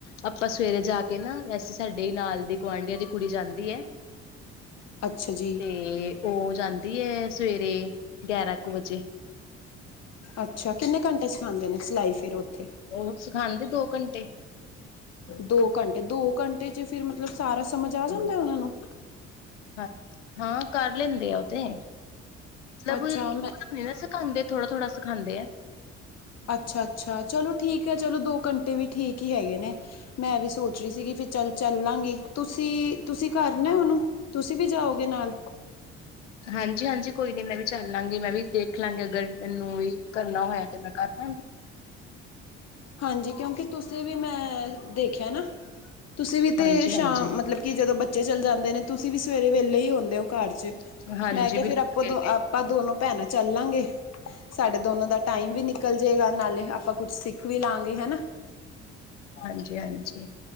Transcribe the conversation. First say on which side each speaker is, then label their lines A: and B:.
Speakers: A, on the left (about 85°); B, on the left (about 45°).
A: ਆਪਾਂ ਸਵੇਰੇ ਜਾ ਕੇ ਨਾ, ਵੈਸੇ ਸਾਡੇ ਨਾਲ ਦੀ ਗੁਆਂਢੀਆਂ ਦੀ ਕੁੜੀ ਜਾਂਦੀ ਐ।
B: ਅੱਛਾ ਜੀ।
A: ਤੇ ਓ ਜਾਂਦੀ ਐ ਸਵੇਰੇ, ਗਿਆਰਾਂ ਕੁ ਵਜੇ।
B: ਅੱਛਾ ਕਿੰਨੇ ਘੰਟੇ ਸਿਖਾਂਦੇ ਨੇ ਸਿਲਾਈ ਫੇਰ ਓਥੇ?
A: ਓ ਸਿਖਾਂਦੇ ਦੋ ਘੰਟੇ
B: ਦੋ ਘੰਟੇ, ਦੋ ਘੰਟੇ ਚ ਫਿਰ ਮਤਲਬ ਸਾਰਾ ਸਮਝ ਆ ਜਾਂਦਾ ਓਨਾਂ ਨੂੰ?
A: ਹਾਂ, ਹਾਂ ਕਰ ਲੈਂਦੇ ਆ ਓਤੇ ਮਤਲਬ
B: ਅੱਛਾ
A: <unintelligible>
B: ਮੈਂ
A: ਖਾਂਦੇ ਥੋੜਾ-ਥੋੜਾ ਸੀਖਾਂਦੇ ਆ।
B: ਅੱਛਾ-ਅੱਛਾ ਚਲੋ ਠੀਕੈ ਚਲੋ ਦੋ ਘੰਟੇ ਵੀ ਠੀਕ ਹੀ ਹੈਗੇ ਨੇ ਮੈਂ ਵੀ ਸੋਚ ਰੀ ਸੀਗੀ ਫੇਰ ਚੱਲ ਚੱਲਾਂਗੀ ਤੁਸੀਂ ਤੁਸੀਂ ਕਰਨਾ ਓਨੂੰ ਤੁਸੀਂ ਵੀ ਜਾਓਗੇ ਨਾਲ?
A: ਹਾਂਜੀ-ਹਾਂਜੀ ਕੋਈ ਨੀ ਮੈਂ ਵੀ ਚੱਲ ਲਾਂਗੀ। ਮੈਂ ਵੀ ਦੇਖ ਲਾਂਗੀ ਅਗਰ ਮੈਨੂੰ ਵੀ ਕਰਨਾ ਹੋਇਆ ਤੇ ਮੈਂ ਕਰ ਲਾਂਗੀ।
B: ਹਾਂਜੀ, ਕਿਉਂਕਿ ਤੁਸੀਂ ਵੀ ਮੈਂ ਦੇਖੇਆ ਨਾ ਤੁਸੀ ਵੀ ਤੇ
A: ਹਾਂਜੀ-ਹਾਂਜੀ,
B: ਸ਼ਾਮ ਮਤਲਬ ਕਿ ਜਦੋਂ ਬੱਚੇ ਚੱਲ ਜਾਂਦੇ ਨੇ ਤੁਸੀਂ ਵੀ ਸਵੇਰੇ ਵੇਲੇ ਈ ਹੁੰਦੇਓ ਘਰ ਚ
A: ਹਾਂਜੀ ਹਾਂਜੀ
B: ਮੈਂ ਕਿਹਾ
A: ਬਿਲਕੁਲ
B: ਫੇਰ ਓਦੋ ਆਪਾਂ ਦੋਨੋ ਭੈਣਾਂ ਚੱਲਾਂਗੇ ਸਾਡੇ ਦੋਨੋ ਦਾ ਟਾਈਮ ਵੀ ਨ ਨਿਕਲ ਜੇਗਾ ਨਾਲੇ, ਆਪਾਂ ਕੁਛ ਸਿੱਖ ਵੀ ਲਾਂਗੇ, ਹਨਾ।
A: ਹਾਂਜੀ-ਹਾਂਜੀ।